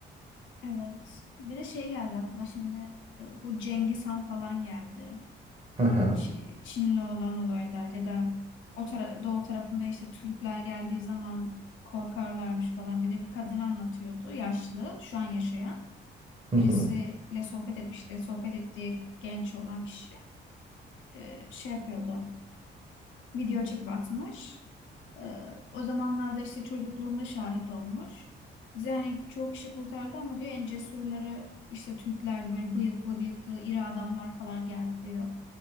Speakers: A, on the left (about 75°); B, on the right (about 30°).
A: Evet. Bir de şey geldi aklıma şimdi e, bu Cengiz Han falan geldi.
B: Hı hı.
A: Çi- Çin'le olan olaylar ya da o tara doğu tarafında işte Türkler geldiği zaman korkarlarmış falan. Bir de bir kadın anlatıyordu yaşlı şu an yaşayan.
B: Hı
A: Birisiyle
B: hı.
A: sohbet etmişti. Sohbet ettiği genç olan kişi e, şey yapıyordu. Video çekip atmış. E, o zamanlarda işte çocukluğunda şahit olmuş. Bize hani çok kişi kurtardı ama diyor en cesurları işte Türklerdi böyle bıyıklı bıyıklı iri adamlar falan geldi diyor.